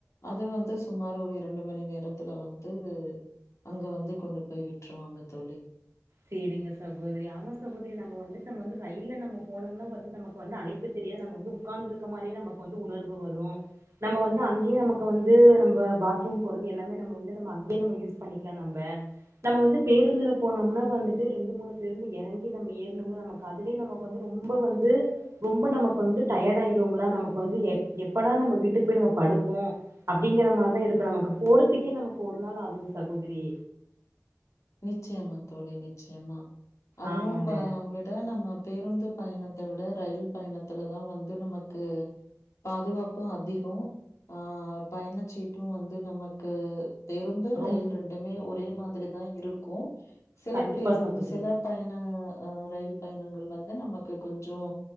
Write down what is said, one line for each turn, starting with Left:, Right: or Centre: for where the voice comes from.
Left: அது வந்து சுமார் ஒரு இரண்டு மணி நேர இதுல வந்து அங்கு வந்து கொண்டு போய் விட்டுருவாங்க தோழி
Right: சரிங்க சகோதரி ஆமா சகோதரி நம்ம வந்து நம்ம வந்து ரயில்ல நம்ம போனோம்னா வந்து நமக்கு வந்து அலுப்பு தெரியாது நம்ம வந்து உட்கார்ந்து இருக்க மாதிரியே நமக்கு வந்து உணர்வு வரும் நம்ம வந்து அங்கேயே நமக்கு வந்து நம்ம பாத்ரூம் போறது எல்லாமே நம்ம வந்து நம்ம அங்கயே நம்ம யூஸ் பண்ணிக்கலாம் நம்ம நம்ம வந்து பேருந்துல போனம்னா வந்துட்டு ரெண்டு மூணு பேருந்து இறங்கி நம்ம ஏறணும்னா நமக்கு அதுவே நமக்கு வந்து ரொம்ப வந்து ரொம்ப நமக்கு வந்து டயட் ஆயிருமல்ல நமக்கு வந்து எ எப்படா நம்ம வீட்டுக்கு போய் நம்ம படுப்போம் அப்படிங்கிற மாதிரிதான் இருக்கும் நமக்கு போறதுக்கே நமக்கு ஒரு நாள் ஆகுது சகோதரி
Left: நிச்சயம்மா தோழி நிச்சயமா அதுவும்
Right: ஆமாங்க
Left: பா விட நம்ம பேருந்து பயணத்தை விட ரயில் பயணத்துல தான் வந்து நமக்கு பாதுகாப்பும் அதிகம் ஆஹ் பயணச்சீட்டும் வந்து நமக்கு பேருந்து
Right: ரொம்
Left: ரயில் ரெண்டுமே ஒரே மாதிரி தான் இருக்கும் சில
Right: கண்டிப்பா
Left: பேருந்து
Right: சகோதரி
Left: சில டைனே அஹ் ரயில் பயணங்கள் வந்து நமக்கு கொஞ்சம்